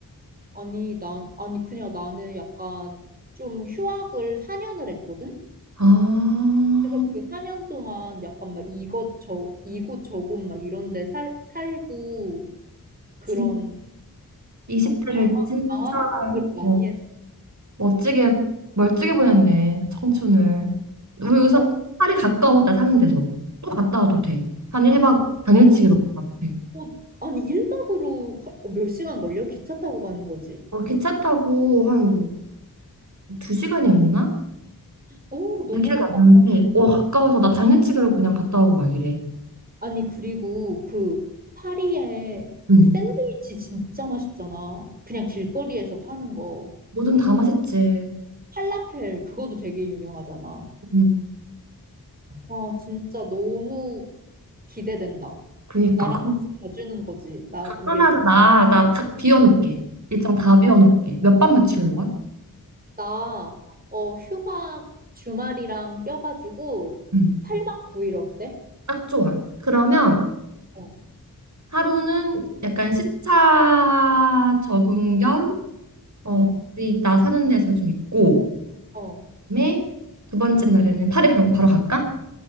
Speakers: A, on the right (about 25°); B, on the right (about 50°).
A: 아니, 난, 아니, 그냥 나는 약간 좀 휴학을 4년을 했거든?
B: 아,
A: 그래서 그 4년 동안 약간 막 이것 저, 이곳 저곳 막 이런 데 살, 살고, 그런
B: 진짜. 20대를
A: 막 방황,
B: 진짜
A: 방황을 많이
B: 어,
A: 했어.
B: 멋지게, 멀찍이 보냈네, 청춘을. 우리 여기서
A: 아,
B: 파리 가까워, 나 사는 데서. 또 갔다 와도 돼. 한 1박 당일치기로
A: 진짜,
B: 갔다 와도 돼.
A: 어, 아니, 1박으로 몇 시간 걸려? 기차 타고 가는 거지.
B: 어, 기차 타고 한 뭐, 2시간이었나?
A: 오, 너무
B: 잘 기억이 안
A: 가깝다.
B: 나는데, 어, 가까워서 나 당일치기로 그냥 갔다 오고 막 이래.
A: 아니, 그리고 그 파리에
B: 응.
A: 샌드위치 진짜 맛있잖아. 그냥 길거리에서 파는 거.
B: 뭐든 다 맛있지.
A: 팔라펠, 그거도 되게 유명하잖아.
B: 응.
A: 와, 진짜 너무 기대된다.
B: 그니까.
A: 나랑 같이 가주는 거지. 나 독일
B: 당연하지.
A: 가면.
B: 나, 나 딱 비워놓을게. 일정 다 비워놓을게. 몇 밤 며칠로 와?
A: 나, 어, 휴가 주말이랑 껴가지고
B: 응.
A: 팔박 구일 어때?
B: 딱 좋아. 그러면
A: 어,
B: 하루는 약간 시차 적응 겸, 어,
A: 어,
B: 우리 나 사는 데서 좀 있고,
A: 어.
B: 그다음에 두 번째 날에는 파리 그럼 바로 갈까?